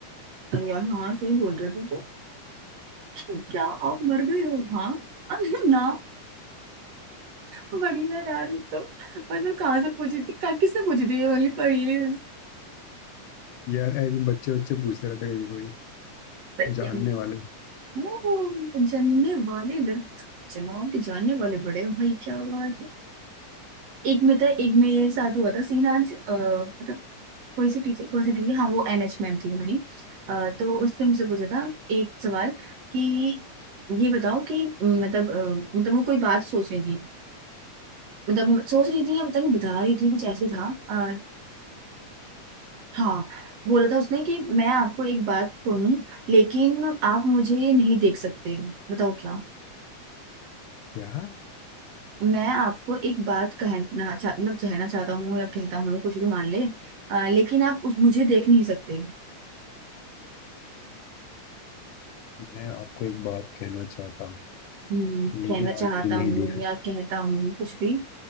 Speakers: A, on the right; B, on the left.
A: अरे यार हाँ सही बोल रहे थे तो क्या आप मर गए हो हाँ अरे ना बढ़िया यार ये तो मतलब कहाँ से पूछी थी कहाँ किससे पूछी थी ये वाली पहेली
B: यार ऐसे बच्चे बच्चे पूछते रहते हैं कभी कोई
A: से
B: जानने वाले
A: ओ, जानने वाले लड़के जनाब के जानने वाले बड़े हैं भाई क्या बात है एक में था एक में ये साथ हुआ था सीन आज अ, मतलब कोई सी टीचर कोई सी दीदी हाँ वो एन एच मैम थी हमारी अ, तो उसने मुझसे पूछा था एक सवाल कि ये बताओ कि मतलब अ, मतलब वो कोई बात सोच रही थी मतलब सोच रही थी या पता नहीं बता रही थी कुछ ऐसे था आ, हाँ बोला था उसने कि मैं आपको एक बात कहूँ लेकिन आप मुझे नहीं देख सकते बताओ क्या
B: यार
A: मैं आपको एक बात कहना चाह मतलब कहना चाहता हूँ या कहता हूँ कुछ भी मान ले अ, लेकिन आप उस, मुझे देख नहीं सकते
B: मैं आपको एक बात कहना चाहता हूँ
A: हम्म,
B: लेकिन
A: कहना चाहता
B: आप मुझे नहीं
A: हूँ
B: देख
A: या कहता हूँ कुछ भी